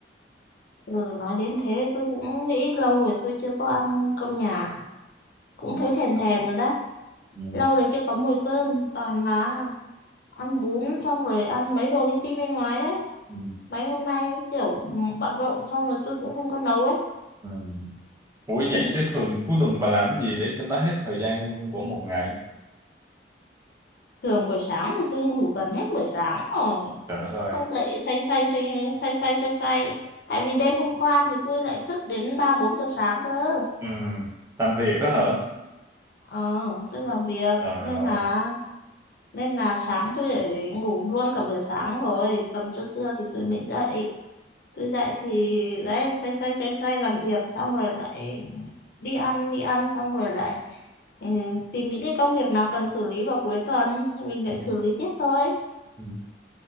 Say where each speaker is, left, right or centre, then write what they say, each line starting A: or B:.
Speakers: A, on the left; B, on the right.
A: ừ, nói đến thế tôi cũng nghĩ lâu rồi tôi chưa có ăn cơm nhà cũng
B: ừ.
A: thấy thèm thèm rồi đó
B: Ừ.
A: lâu rồi chưa có mùi cơm toàn mà ăn bún xong rồi ăn mấy đồ linh tinh bên ngoài đấy
B: Ừ.
A: mấy hôm nay kiểu ừ, bận rộn xong rồi tôi cũng không có nấu ấy
B: Ừ. Ủa
A: đấy
B: vậy chứ thường cuối tuần bà làm gì để cho nó hết thời gian của một ngày
A: thường buổi sáng thì tôi ngủ gần hết buổi sáng rồi
B: trời đất ơi
A: xong dậy xoay xoay xoay xoay xoay xoay xoay tại vì đêm hôm qua thì tôi lại thức đến ba bốn giờ sáng cơ
B: ừ. làm việc đó hả
A: ờ tôi làm việc
B: trời
A: nên
B: ơi
A: là nên là sáng tôi lại ngủ luôn cả buổi sáng rồi tầm trưa trưa thì tôi mới dậy cứ dậy thì đấy xoay xoay xoay xoay làm việc xong rồi lại đi ăn đi ăn xong rồi lại ừ, tìm những cái công việc nào cần xử lý vào cuối tuần thì mình lại
B: ừ.
A: xử lý tiếp thôi
B: Ừ.